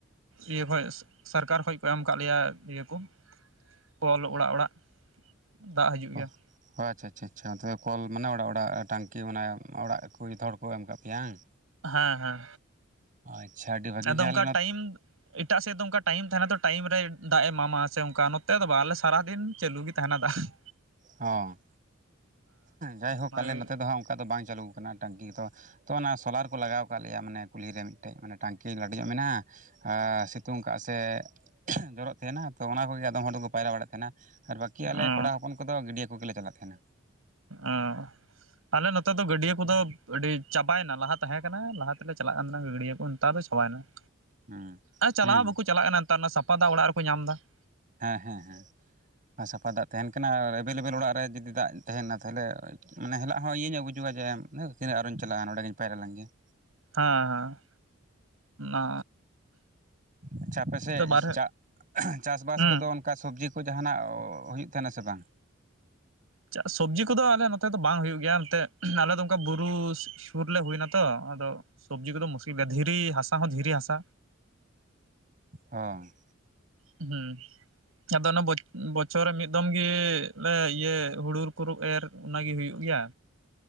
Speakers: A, on the right (about 85°); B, on the right (about 40°).
A: ᱤᱭᱟᱹ ᱠᱷᱚᱡ ᱥᱚᱨᱠᱟᱨ ᱠᱷᱚᱡ ᱠᱚ ᱮᱢ ᱟᱠᱟᱫ ᱞᱮᱭᱟ ᱤᱭᱟᱹ ᱠᱚ ᱾ ᱠᱚᱞ ᱚᱲᱟᱜ ᱚᱲᱟᱜ ᱫᱟᱜ ᱦᱤᱡᱩᱜ ᱜᱮᱭᱟ
B: ᱚ
A: ᱾
B: ᱚ ᱟᱪᱪᱷᱟ ᱟᱪᱪᱷᱟ ᱟᱪᱪᱷᱟ ᱛᱮ ᱠᱚᱞ ᱢᱟᱱᱮ ᱚᱲᱟᱜ ᱚᱲᱟᱜ ᱴᱟᱝᱠᱤ ᱢᱟᱱᱮ ᱚᱲᱟᱜ ᱠᱚ ᱡᱚᱛᱚ ᱦᱚᱲ ᱠᱚ ᱮᱢ ᱟᱠᱟᱫ ᱯᱮᱭᱟ ᱵᱟᱝ?
A: ᱦᱮᱸ ᱦᱮᱸ
B: ᱟᱪᱪᱷᱟ ᱟᱹᱰᱤ ᱵᱷᱟᱹᱜᱤ
A: ᱟᱫᱚ
B: ᱜᱮ
A: ᱚᱱᱠᱟ
B: ᱟᱞᱮ ᱱᱚᱛᱮ
A: ᱴᱟᱭᱤᱢ ᱮᱴᱟᱜ ᱥᱮᱫ ᱫᱚ ᱚᱱᱠᱟ ᱴᱟᱭᱤᱢ ᱛᱟᱦᱮᱱᱟ ᱛᱚ ᱴᱟᱭᱤᱢ ᱨᱮ ᱫᱟᱜ ᱮ ᱮᱢᱟᱢᱟ ᱥᱮ ᱚᱱᱠᱟ ᱱᱚᱛᱮ ᱫᱚ ᱟᱞᱮ ᱥᱟᱨᱟᱫᱤᱱ ᱪᱟᱹᱞᱩ ᱜᱮ ᱛᱟᱦᱮᱱᱟ ᱫᱟᱜ ᱾ <inaudible>
B: ᱦᱚᱸ ᱡᱟᱭᱦᱳᱠ
A: ᱚᱱᱟᱜᱮ
B: ᱟᱞᱮ ᱱᱚᱛᱮ ᱫᱚ ᱦᱟᱜ ᱚᱱᱠᱟ ᱫᱚ ᱵᱟᱝ ᱪᱟᱹᱞᱩ ᱟᱠᱟᱱᱟ ᱾ ᱴᱝᱠᱤ ᱫᱚᱚ ᱛᱚ ᱚᱱᱟ ᱥᱳᱞᱟᱨ ᱠᱚ ᱞᱟᱜᱟᱣ ᱟᱠᱟᱫ ᱞᱮᱭᱟ ᱢᱟᱱᱮ ᱠᱩᱞᱦᱤᱨᱮ ᱢᱤᱫᱴᱮᱡ ᱢᱟᱱᱮ ᱴᱝᱠᱤ ᱞᱟᱹᱴᱩ ᱧᱚᱜ ᱢᱮᱱᱟᱜᱼᱟ, ᱦᱮᱸᱼ ᱥᱤᱛᱩᱝ ᱠᱟᱜᱼᱟ ᱥᱮ ᱡᱚᱨᱚᱜ ᱛᱟᱦᱮᱱᱟ ᱛᱚ ᱚᱱᱟ ᱠᱚᱜᱮ ᱟᱫᱚᱢ ᱦᱚᱲ ᱫᱚᱠᱚ ᱯᱟᱭᱨᱟ ᱵᱟᱲᱮᱫ ᱛᱟᱦᱮᱱᱟ ᱟᱨ ᱵᱟᱹᱠᱤ ᱟᱞᱮ
A: ᱚ
B: ᱠᱚᱲᱟ ᱦᱚᱯᱚᱱ ᱠᱚ ᱠᱚᱫᱚ ᱜᱟᱰᱹᱭᱟᱹ ᱠᱚᱜᱮᱞᱮ ᱪᱟᱞᱟᱜ ᱛᱟᱦᱮᱱᱟ ᱾
A: ᱚ ᱟᱞᱮ ᱱᱚᱛᱮ ᱫᱚ ᱜᱟᱹᱰᱭᱟᱹ ᱠᱚᱫᱚ ᱟᱹᱰᱤ ᱪᱟᱵᱟᱭᱮᱱᱟ ᱞᱟᱦᱟ ᱛᱟᱦᱮᱸ ᱠᱟᱱᱟ ᱞᱟᱦᱟ ᱛᱮᱞᱮ ᱪᱟᱞᱟᱜ ᱠᱟᱱ ᱛᱟᱦᱮᱱᱟ ᱜᱟᱹᱰᱭᱟᱹ ᱠᱚ ᱱᱮᱛᱟᱨ ᱫᱚ ᱪᱟᱵᱟᱭᱮᱱᱟ ᱾
B: ᱦᱩᱸ
A: ᱟᱨ ᱪᱟᱞᱟᱣ
B: ᱦᱩᱸ
A: ᱦᱚᱸ ᱵᱟᱠᱚ ᱪᱟᱞᱟᱜ ᱠᱟᱱᱟ ᱱᱮᱛᱟᱨ ᱥᱟᱯᱷᱟ ᱫᱟ ᱚᱲᱟᱜ ᱨᱮᱠᱚ ᱧᱟᱢ ᱮᱫᱟ ᱾
B: ᱦᱮᱸ ᱦᱮᱸ ᱦᱮᱸ ᱟᱨ ᱥᱟᱯᱟ ᱫᱟᱜ ᱛᱟᱦᱮᱱ ᱠᱟᱱᱟ ᱟᱨ ᱮᱵᱮᱞᱮᱵᱮᱞ ᱚᱲᱟᱜ ᱨᱮ ᱡᱩᱫᱤ ᱫᱟᱜ ᱛᱟᱦᱮᱱᱟ ᱛᱟᱦᱚᱞᱮᱟᱱᱮ ᱦᱮᱟᱜ ᱦᱚᱸ ᱤᱭᱟᱹ ᱧᱚᱜ ᱵᱩᱡᱷᱟᱹᱜᱼᱟ ᱡᱮ ᱪᱮᱫᱟᱜ ᱟᱨᱦᱚᱸᱤᱧ ᱪᱟᱞᱟᱜᱼᱟ ᱱᱚᱰᱮᱧ ᱯᱟᱭᱨᱟ ᱞᱮᱱ ᱜᱮ ᱾
A: ᱦᱮᱸ ᱦᱮᱸ ᱚᱱᱟ
B: ᱟᱪᱪᱷᱟ ᱟᱯᱮᱥᱮᱫ
A: ᱵᱟᱨᱦᱮ
B: ᱪᱟᱥᱼᱵᱟᱥ
A: ᱦᱩᱸ
B: ᱠᱚᱫᱚ ᱚᱱᱠᱟ ᱥᱚᱵᱽᱡᱤ ᱠᱚ ᱡᱟᱦᱟᱱᱟᱜ ᱦᱩᱭᱩᱜ ᱛᱟᱦᱮᱱᱟ ᱥᱮ ᱵᱟᱝ?
A: ᱪᱟᱜ ᱥᱚᱵᱽᱡᱤ ᱠᱚᱫᱚ ᱟᱞᱮ ᱱᱚᱛᱮ ᱫᱚ ᱵᱟᱝ ᱦᱩᱭᱩᱜ ᱜᱮᱭᱟ ᱮᱱᱛᱮᱫ ᱟᱞᱮ ᱫᱚ ᱚᱱᱠᱟ ᱵᱩᱨᱩ ᱥᱩᱨ ᱞᱮ ᱦᱩᱭᱱᱟ ᱛᱚ ᱟᱫᱚ ᱥᱚᱵᱡᱤ ᱠᱚᱫᱚ ᱢᱩᱥᱠᱤᱞ ᱜᱮᱭᱟ ᱫᱷᱤᱨᱤ ᱦᱟᱥᱟ ᱦᱚᱸ ᱫᱷᱤᱨᱤ ᱦᱟᱥᱟ
B: ᱦᱚᱸ
A: ᱦᱩᱸ ᱟᱫᱚ ᱱᱟᱵᱚᱡ ᱵᱚᱪᱷᱚᱨ ᱨᱮ ᱢᱤᱫ ᱫᱚᱢ ᱜᱮᱻ ᱞᱮ ᱤᱭᱟᱹ ᱦᱩᱲᱩᱨ ᱠᱩᱨᱩ ᱮᱨ ᱚᱱᱟᱜᱮ ᱦᱩᱭᱩᱜ ᱜᱤᱭᱟ